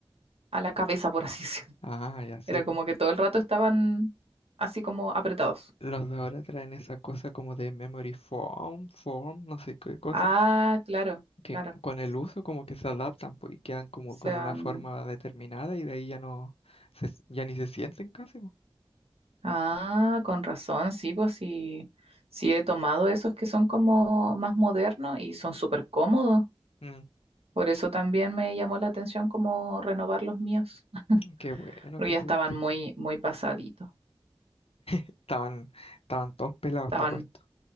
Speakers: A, on the right; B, on the left.
A: a la cabeza, por así <laughs> decirlo.
B: Ah, ya sí.
A: Era
B: po.
A: como que todo el rato estaban así como apretados.
B: Los de ahora traen esa cosa como de memory foam, form, no sé qué cosa,
A: Ah, claro,
B: que
A: claro.
B: con el uso como que se adaptan, pues, y quedan como
A: se
B: con
A: van.
B: una forma determinada y de ahí ya no, se, ya ni se sienten casi, po.
A: Ah, con razón, sí, pues sí, sí he tomado esos que son como más modernos y son súper cómodos.
B: Mm,
A: Por eso también me llamó la atención como renovar los míos, <laughs>
B: qué bueno
A: porque
B: que
A: ya
B: pudiste.
A: estaban muy, muy pasaditos.
B: Estaban, estaban todos pelados,
A: Estaban,
B: está puesto.